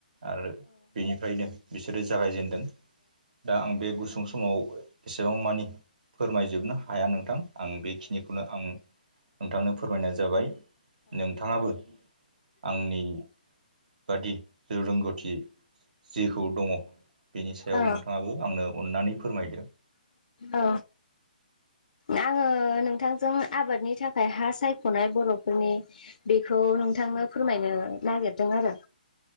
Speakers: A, on the right; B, on the left.
A: आरो बेनि ओ्रनो बिसोरो जागायजेनदों। दा आं बे गुसुं समाव एसेबां मानि फोरमायजोबनो हाया नोंथां। आं बेखिनिखौनो आं नोंथांनो फोरमायनाय जाबाय नोंथाङाबो। आंनि बादिे रोंगौथि जेखौ दङ बेनि सायाव
B: औ
A: नोंथाङाबो। आंनो अन्नानै फोरमायदों।
B: औ। आङो नोंथांजों आबादनि थाखाय हा सायख'नाय बर'फोरनि बेखौ नोंथांनो फोरमायनो नागिरदों आरो।